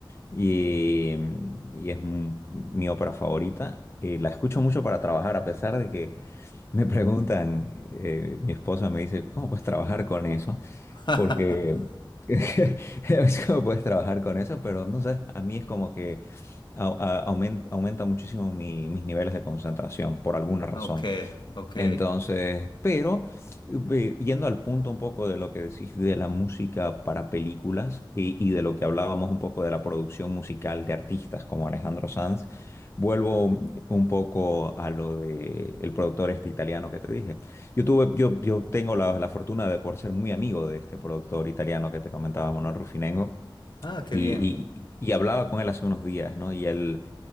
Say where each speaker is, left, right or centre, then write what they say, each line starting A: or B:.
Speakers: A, on the left; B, on the left.
A: y, y es m- mi ópera favorita. Eh, la escucho mucho para trabajar, a pesar de que me preguntan, eh, mi esposa me dice, ¿cómo puedes trabajar con eso?
B: <laughs>
A: Porque <laughs> es como puedes trabajar con eso, pero no sé, a mí es como que au- a- aumenta, aumenta muchísimo mi- mis niveles de concentración por alguna razón.
B: Ok, ok.
A: Entonces, pero ve- yendo al punto un poco de lo que decís de la música para películas y, y de lo que hablábamos un poco de la producción musical de artistas como Alejandro Sanz, vuelvo un poco a lo de el productor este italiano que te dije. Yo tuve, yo, yo tengo la, la fortuna de por ser muy amigo de este productor italiano que te comentaba, Manuel Rufinengo,
B: Ah, qué
A: y,
B: bien.
A: y y hablaba con él hace unos días, ¿no? Y él